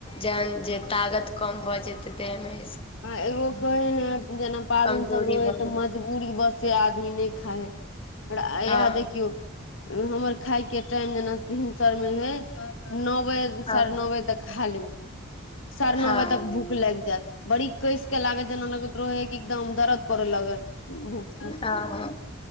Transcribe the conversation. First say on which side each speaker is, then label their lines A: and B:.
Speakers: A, on the left; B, on the left.
A: जहन जे तागत कम भऽ जेतै देह मे
B: आ एगो कहै ने जेना पाबनि
A: कमजोरी
B: सब रहो
A: भऽ
B: ह तऽ
A: जेत
B: म <unintelligible> बूरी बसे आदमी नहि खाइ है
A: हँ
B: इहा देखियौ हमर खायके टाइम जेना भिनसर मे हय नओ बजे
A: हँ
B: साढ़े नओ बजे तक हाल साढ़े नओ
A: हँ
B: बजे तक भूख लागि जायत बड़ी कस के लागत जेना लगैत रहै एकदम दर्द करय लगे भूख से
A: हँ